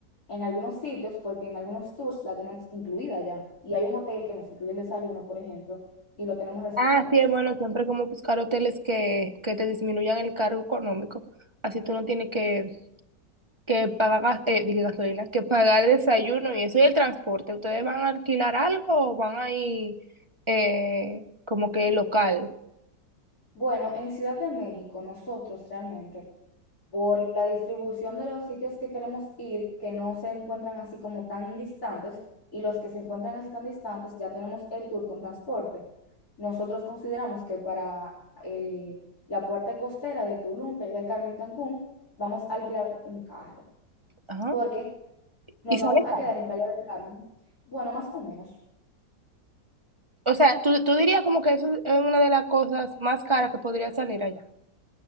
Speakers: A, on the left; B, on the right.
A: en algunos sitios, porque en algunos tours la tenemos incluida ya, y hay un hotel que nos incluye el desayuno, por ejemplo, y lo tenemos resuelto
B: Ah, sí,
A: eso
B: bueno,
A: ahí.
B: siempre como buscar hoteles que, que te disminuyan el cargo económico. Así tú no tienes que, que pagar gas- eh, dije gasolina, que pagar desayuno y eso y el transporte. ¿Ustedes van a alquilar algo o van a ir eh, como que local?
A: Bueno, en Ciudad de México, nosotros realmente... por la distribución de los sitios que queremos ir, que no se encuentran así como tan distantes, y los que se encuentran así tan distantes, ya tenemos el tour con transporte. Nosotros consideramos que para el- la parte costera de Tulum, Playa del Carmen, Cancún, vamos a alquilar un carro,
B: Ajá.
A: porque nos
B: Y sale
A: vamos a
B: caro.
A: quedar en Playa del Carmen, bueno, más o menos,
B: O sea, tú, tú dirías como que eso es una de las cosas más caras que podría salir allá.